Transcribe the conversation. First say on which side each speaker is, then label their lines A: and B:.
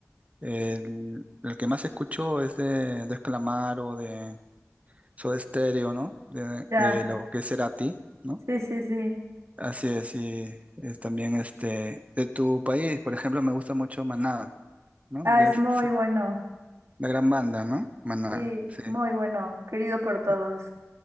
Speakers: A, on the right (about 25°); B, on the right (about 75°).
A: El, el que más escucho es de, de Calamaro, de Soda Stereo, ¿no? De,
B: ya.
A: de lo que es Cerati. ¿no?
B: Sí, sí, sí.
A: Así es, y es también este de tu país, por ejemplo, me gusta mucho Maná, ¿no?
B: Ah,
A: De
B: es
A: es-
B: muy
A: es
B: bueno.
A: la gran banda, ¿no? Maná,
B: Sí,
A: sí.
B: muy bueno, querido por todos.
A: <laughs>